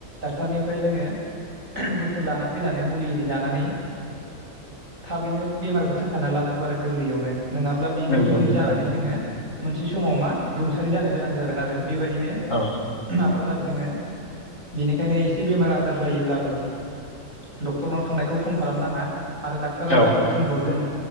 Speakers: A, on the right; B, on the left.
A: डाक्टारनिफ्राय जोङो। बोसोन लाना फैनानै मुलि आरि जानानै। थाबैनो बेमारखौ सोखा लानांगौ आरो गोरलैयावनो नङाब्ला बेनो
B: नंगौ
A: गिदिर
B: नोंथां
A: जानानै जोङो। मोनसे समाव मा रुंसारि जानो गोनां जागोन आरो बेबायदिनो।
B: औ।
A: माबागोन आरो जोङो बेनिखायनो एसे बेमार आजार जायोब्लाबो डक्टरनाव थांनायखौ खम खालामनाङा आरो डाक्टारा
B: औ
A: जा बोसोन हरदों।